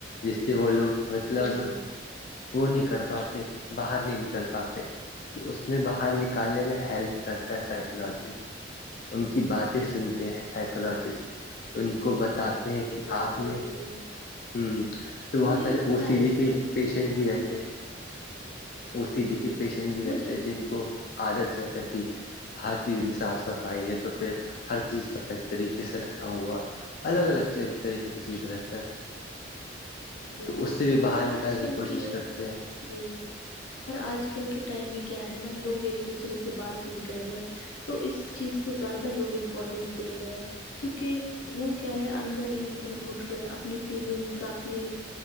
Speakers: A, on the left; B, on the left.
A: جس سے وہ لوگ مطلب
B: جی جی
A: وہ نہیں کر پاتے باہر نہیں نکل پاتے تو اس میں باہر نکالنے میں ہیلپ کرتا ہے سائیکولوجی ان کی باتیں سنتے ہیں سائیکولوجسٹ ان کو بتات ہیں کہ
B: یہ بات
A: آپ
B: بھی
A: نے
B: صحیح ہے
A: ہ بہت
B: مجھے
A: سارے
B: لگتا
A: ا سیری
B: ہے
A: کے
B: کہ
A: پیشنٹ بھی رہتے ہیں ا سی
B: جی
A: ڈی کے
B: جی
A: پیشنٹ بھی
B: مجھے
A: رہتے ہے جن کو عادت رہتا ہے کہ ہر چیز میں صاف صفائی ہے تو پھر ہر چیز پرفیکٹ طریقے سے رکھا ہوا الگ الگ طریقے کی چیز رکھتا ہے
B: جی
A: تو
B: جی
A: اس سے بھی
B: تو
A: باہر نکلنے
B: آج کل
A: کی کوشش
B: کے
A: کرتے ہیں
B: جی اور آج کل کے ٹائم میں کیا ہے نا لوگ ایک دوسرے سے بات نہیں کر رہے تو اس چیز کو زیادہ لوگ امپورٹینس دے رہے ہیں کیونکہ وہ کیا ہے اندر ہی اندر گھٹ رہے اپنی فیلنگس کا اپنے